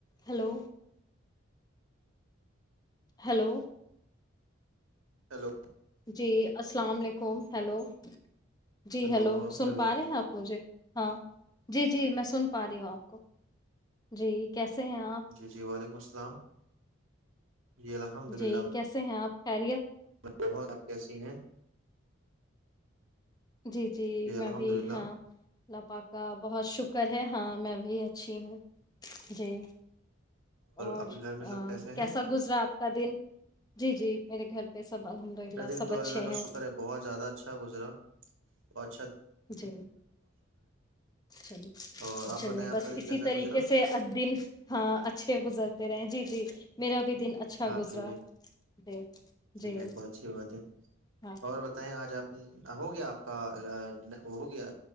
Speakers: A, on the left; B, on the right.
A: hello hello
B: hello
A: جی السلام علیکم ہیلو جٹ جی
B: ہلو
A: ہیلو سن
B: ہلو
A: پا رہے ہیں آپ مجھے ہاں جی جی میں سن پا رہی ہوں آپ جی کیسے ہیں آپ
B: جی جی وعلیکم السلام جی الحمد
A: جی
B: للہ
A: کیسے ہیں آپ خیریعت
B: بہت اب کیسی ہیں
A: جی جی میں
B: الحمد
A: بھی
B: للہ
A: ہاں لپا کا بہت شکر کر ہے ہاں میں بھی اچھی ہوں جی اور
B: آپ کے گھر میں سب کیسے
A: کیسا
B: ہیں
A: گزرا آپ کا دن جی جی میرے گھر پہ سب الحمد للہ
B: میرا دن
A: سب
B: تو
A: اچھے
B: اللہ کا
A: ہیں
B: شکر ہے بہت زیادہ اچھا گزرا وچ <unintelligible>
A: جی چلی
B: اور آپ
A: چلیے
B: بتائیں آپ
A: بس
B: کا
A: اسی
B: دن کیسا
A: طریقے
B: گزرا
A: سے ا دن ہاں اچھے گزرتے رہے جی جی میرا بھی <unintelligible>
B: آپ
A: گزرا
B: کے بھی
A: جی
B: چلیے
A: جی
B: بہت اچھی بات ہے
A: ہاں
B: اور بتائیں آج آپ ہو گیا آپ کا وہ گیا